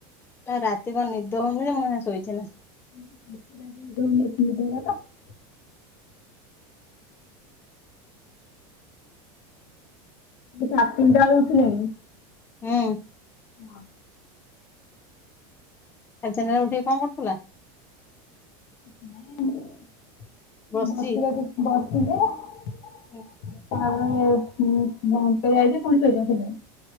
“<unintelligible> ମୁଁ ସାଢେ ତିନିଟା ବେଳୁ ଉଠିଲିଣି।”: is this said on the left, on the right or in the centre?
Left